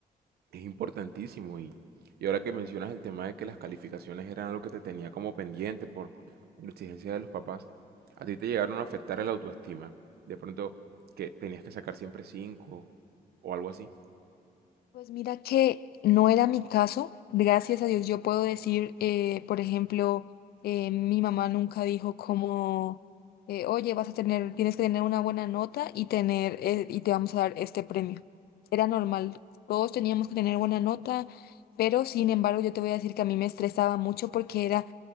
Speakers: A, on the right (about 80°); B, on the left (about 75°).
A: Es importantísimo y, y ahora que mencionas el tema de que las calificaciones eran algo que te tenía como pendiente por la exigencia de los papás, a ti te llegaron a afectar el autoestima. De pronto que tenías que sacar siempre 5 o algo así.
B: Pues mira que no era mi caso. Gracias a Dios yo puedo decir, eh, por ejemplo, eh, mi mamá nunca dijo como, eh, oye, vas a tener, tienes que tener una buena nota y tener, eh, y te vamos a dar este premio. Era normal. Todos teníamos que tener buena nota, pero sin embargo yo te voy a decir que a mí me estresaba mucho porque era